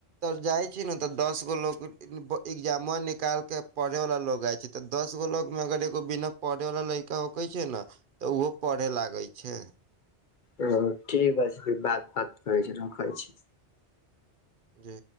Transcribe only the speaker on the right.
तर जाइ छी ने तऽ दस गो लोक एग्जामवा निकाल के पढ़े वाला लोग जाय छै ते दस गो लोग मे अगर एगो बिना पढ़े वाला लड़का होखै छै ने तऽ ओहो पढ़े लागै छै
जी